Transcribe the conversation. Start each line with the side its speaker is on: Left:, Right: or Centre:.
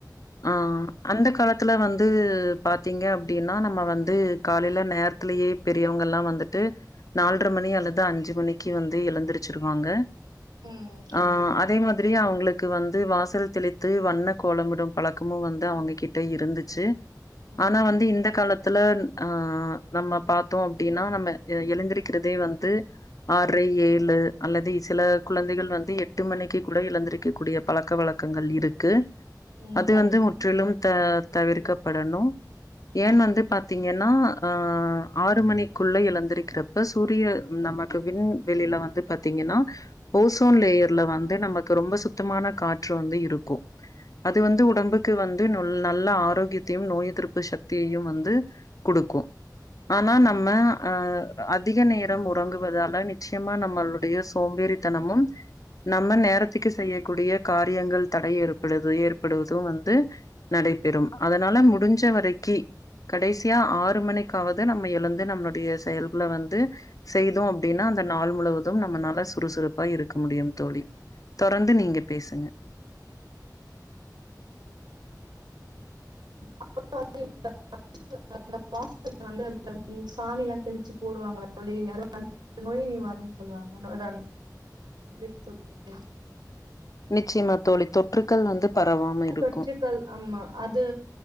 Left: ஆஹ் அந்த காலத் துல வந்து பாத்தீங்க அப் டின்னா நம்ம வந்து காலைல நேரத்துலயே பெ ரியவுங்களா வந்துட்டு நாள்ற மணி அல்லது அஞ்சு மணிக்கு வந்து எழுந்திரி ச்சுருவாங்க
Right: ம் கண்டிப்பா
Left: ஆ அதே மாதிரி அவங்க விளக்கு வந்து வாசல் தெளித்து வண்ண கோலமிடு பழக்கமு வந்து அவங்க கிட்ட இருந்துச்சு
Right: ம்
Left: ஆனா வந்து இந் ஒலத்துல ஆ நம்ம பாத்தோ அப்டினா நம்மே எ எழுந்திருக்கிறதே வந்து ஆர்ற ஏழு அல்லதி சில குழந்தைகள் வந்து எட்டு மணிக்கி கூட இழுந்துரிக்க கூடிய பழக்க வழக்கங்கள் இருக்கு
Right: ம்
Left: அதி
Right: கண்டிப்பா
Left: வந்து முற்றிலு த தவிர்க்கப்படணு ஏன்
Right: ம்
Left: வந்து பாத்தீங்கனா ஆ ஆறு மணிக்குள்ள எழந்தரிக்கிறப் இப்ப சூரிய நமக்கு விண்வெளில வந்து பத்தீங்கனா ஓசோன் லேயர்ல வந்து நமக் துரொம்ப சுத்தமான காற்று வந்து இருக்கு அது
Right: ம்
Left: வந்து உடம்புக்கு வந் திநுல் நல்ல ஆரோகெத்யு நோய் எதுர்புஷ் தீயு வந்து குடுக்கு
Right: கண்டிப்
Left: ஆனா நம்ம அ அதிக நேரம் உறங்குவதால நிச்யமா நம்மளுடிய சோம்பேறித்தனமும் நம்ம நேரத்துக்கு செய்யக்கூடிய காரியங்கள் தடை ஏற்படுது ஏற்படுவது வந்து நடைபெறு அதனால முடிஞ்ச வரை கி கடைசியா ஆறு மணிக்காவது நம்ம எழுந்து நம்ளுடிய செயல்குல வந்து செய்தோ அப்டின்னா அந்த நாள் முழுவதும் நம்ம நல்லஸ் சுறுசுறுப்பா இருக்க முடியு தோழி தொரந்து நீங்க பேசுங்க
Right: அப்பறோ வந்து இந்த <inaudible> இந்த வாசல்ல வந்து இந்த ம் சாணில்லா தெளிச்சு போடுவாங்கள தோழி அது வந்து நோய் நிவாரணினு சொல்லுவாங்க நோ அத மாரி சொல்லுவாங்க
Left: நிச்சயமா தோழி, தொற்றுகள் வந்து பரவாம இருக்கு
Right: தொற்றுக்கள் ஆமா அது